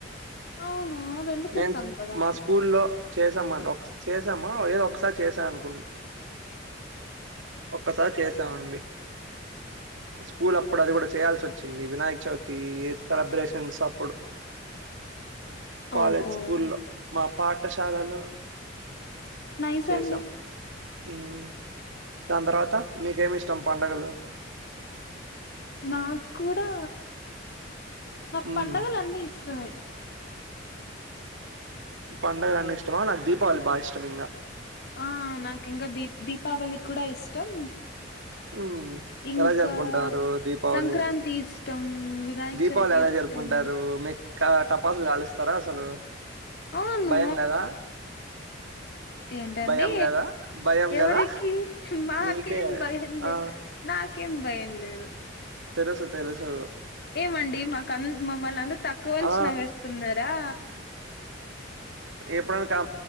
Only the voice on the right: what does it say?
నేన్
మా స్కూల్లో చేసా మం ఒక్ చేసామా ఏదో ఒక్సార్ చేసా అనుకుం ఒక్కసార్ చేసా అండి. స్కూల్ అప్పుడు అది గుడా చేయాల్స్సోచ్చింది వినాయక్ చవితి సెలబ్రేషన్స్ అప్పుడు కాలేజ్
స్కూల్లో మా పాఠశాలలో
చేసాం.
మ్ దాన్ తర్వాత మీకేం ఇష్టం పడగలు
మ్
పండగల్ అన్ని ఇష్టమా నాక్ దీపావళి బాగా ఇష్టం ఇంగ
మ్మ్
ఎలా జరుపుకుంటారు దీపావళి
దీపావళి
ఎలా
జరుపుకుంటారు మీక టపాసులు కాలుస్తారా అసలు
భయం కదా
భయం కదా భయం
కదా
నీకే
ఆ
తెలుసు తెలుసు
ఆ
ఎప్పుడన కా